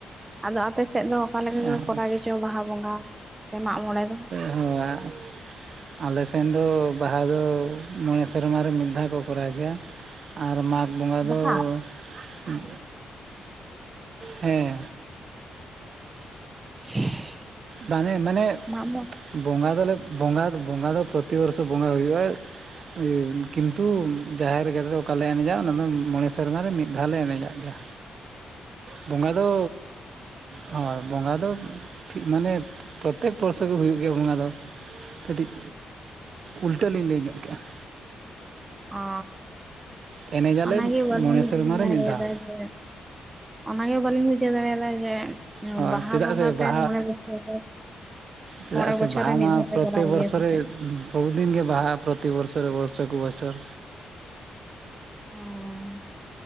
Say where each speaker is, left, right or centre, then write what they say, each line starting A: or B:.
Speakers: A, on the right (about 25°); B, on the right (about 60°).
A: ᱟᱫᱚ ᱟᱯᱮ ᱥᱮᱫ ᱫᱚ ᱯᱟᱞᱮᱱ ᱠᱚ
B: ᱟᱪᱪᱷᱟ
A: ᱠᱚᱨᱟᱣ ᱜᱮᱪᱚ ᱵᱟᱦᱟ ᱵᱚᱸᱜᱟ ᱥᱮ ᱢᱟᱜ ᱢᱚᱬᱮ ᱫᱚ?
B: <inaudible> ᱟᱞᱮ ᱥᱮᱱ ᱫᱚ ᱵᱟᱦᱟ ᱫᱚ ᱢᱚᱬᱮ ᱥᱮᱨᱢᱟ ᱨᱮ ᱢᱤᱫ ᱫᱷᱟᱣ ᱠᱚ ᱠᱚᱨᱟᱣ ᱜᱮᱭᱟ ᱾ ᱟᱨ ᱢᱟᱜᱽ ᱵᱚᱸᱜᱟ
A: ᱵᱟᱦᱟ
B: ᱫᱚ ᱩᱸ ᱦᱮᱸ᱾
A: <unintelligible>
B: ᱵᱟᱝᱮ ᱢᱟᱱᱮ
A: ᱢᱟᱜ ᱢᱚ
B: ᱵᱚᱸᱜᱟ ᱫᱚᱞᱮ ᱵᱚᱸᱜᱟ ᱵᱚᱸᱜᱟ ᱫᱚ ᱯᱨᱚᱛᱤ ᱵᱚᱨᱥᱚ ᱵᱚᱸᱜᱟ ᱦᱩᱭᱩᱜᱼᱟ ᱾ ᱤᱭᱟᱹ ᱠᱤᱱᱛᱩ ᱡᱟᱦᱮᱨ ᱜᱟᱲ ᱨᱮ ᱚᱠᱟ ᱞᱮ ᱮᱱᱮᱡᱟ ᱚᱱᱟ ᱫᱚ ᱢᱚᱬᱮ ᱥᱮᱨᱢᱟ ᱨᱮ ᱢᱤᱫ ᱫᱷᱟᱣ ᱞᱮ ᱮᱱᱮᱡᱟᱜ ᱜᱮᱭᱟ
A: ᱦ
B: ᱾
A: <inaudible>
B: ᱵᱚᱸᱜᱟ ᱫᱚ ᱦᱳᱭ ᱵᱚᱸᱜᱟ ᱫᱚ ᱢᱟᱱᱮ ᱯᱨᱚᱛᱮᱠ ᱵᱚᱨᱥᱚ ᱜᱮ ᱦᱩᱭᱩᱜ ᱜᱮᱭᱟ ᱵᱚᱸᱜᱟ ᱫᱚ᱾ ᱠᱟᱹᱴᱤᱡ ᱩᱞᱴᱟᱹ ᱞᱤᱧ ᱞᱟᱹᱭ ᱧᱚᱜ ᱠᱮᱜᱼᱟ ᱾
A: ᱚ
B: ᱮᱱᱮᱡᱟᱞᱮ
A: ᱚᱱᱟ ᱜᱮ ᱵᱟᱞᱤᱧ
B: ᱢᱚᱬᱮ
A: ᱵᱩᱡᱷᱟᱣ
B: ᱥᱮᱨᱢᱟ ᱨᱮ
A: ᱫᱟᱲᱮ
B: ᱢᱤᱫ ᱫᱷᱟᱣ
A: ᱭᱟᱫᱟ ᱮᱱᱛᱮ᱾ ᱚᱱᱟ ᱜᱮ ᱵᱟᱹᱞᱤᱧ ᱵᱩᱡᱷᱟᱹᱣ ᱫᱟᱲᱮ ᱭᱟᱫᱟ ᱡᱮ
B: ᱦᱳᱭ
A: ᱵᱟᱦᱟ
B: ᱪᱮᱫᱟᱜ
A: ᱵᱚᱸᱜᱟ
B: ᱥᱮ
A: ᱯᱮ
B: ᱵᱟᱦᱟ
A: ᱢᱚᱬᱮ ᱵᱚᱪᱷᱚᱨ ᱨᱮ
B: ᱪᱮᱫᱟᱜ
A: ᱢᱚᱬᱮ
B: ᱥᱮ
A: ᱵᱚᱪᱷᱚᱨ
B: ᱵᱟᱦᱟ
A: ᱨᱮ ᱢᱤᱫ
B: ᱢᱟ
A: ᱫᱷᱟᱣ ᱯᱮ
B: ᱯᱨᱚᱛᱮ
A: ᱠᱚᱨᱟᱣ ᱜᱮᱭᱟ
B: ᱵᱚᱨᱥᱚ
A: ᱥᱮ
B: ᱨᱮ
A: ᱪᱮᱫ?
B: <unintelligible> ᱫᱤᱱ ᱜᱮ ᱵᱟᱦᱟ ᱯᱨᱚᱛᱤ ᱵᱚᱨᱥᱚ ᱨᱮ ᱵᱚᱨᱥᱚ ᱠᱚ ᱵᱚᱥᱚᱨ᱾
A: ᱦᱳᱭ᱾